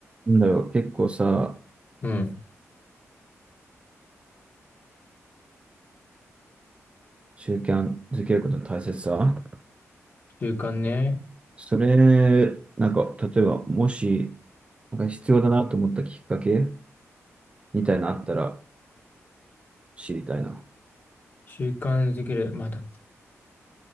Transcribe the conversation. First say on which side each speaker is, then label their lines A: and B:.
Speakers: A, on the right (about 20°); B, on the left (about 40°).
A: なんだろう、結構さ、
B: うん。
A: 習慣づけることの大切さ。
B: 習慣ね。
A: それ、なんか、例えば、もし、なんか必要だなと思ったきっかけみたいなのあったら知りたいな。
B: 習慣づける。まあだ、